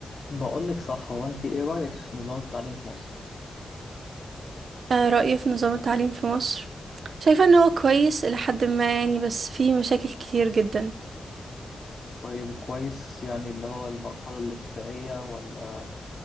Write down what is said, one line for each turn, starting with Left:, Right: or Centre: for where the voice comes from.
Left: بقولك صح هو انت ايه رأيك في نظام التعليم في مصر؟
Right: آه، رأيي في نظام التعليم في مصر شايفة ان هو كويس إلى حد ما يعني بس فيه مشاكل كتير جدا
Left: طيب كويس يعني اللي هو المرحلة الابتدائية ولا